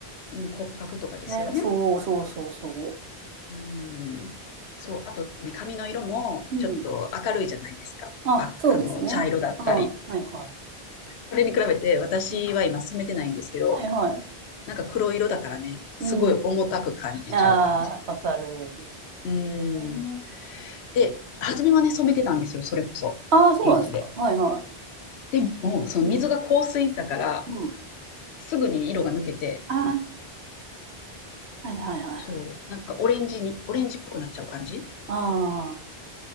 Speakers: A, on the left; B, on the right.
A: うん、骨格とかですよね。
B: ね、そうそうそうそ
A: うん。そう、あとね、髪の色もちょっと明るいじゃないですか。
B: う。うん。あ、
A: あ、
B: そうですね。
A: あの、茶色だったり。
B: うん。はいは
A: それに比べて私は今染めてないんですけど、
B: い。うんはいはい。
A: なんか黒色だからね、すごい重たく感じちゃう感じ。
B: うん。ああ、わかる。
A: うん。
B: えー、
A: で、初めはね、染めてたんですよ、それこそ。
B: あーそうなんですか。
A: 現地で。
B: はいは
A: でも、その水が香水だから、
B: い。うん。うん。
A: すぐに色が抜けて、
B: ああ、はいはいはい。
A: そう、なんかオレンジに、オレンジっぽくなっちゃう感じ。
B: ああ、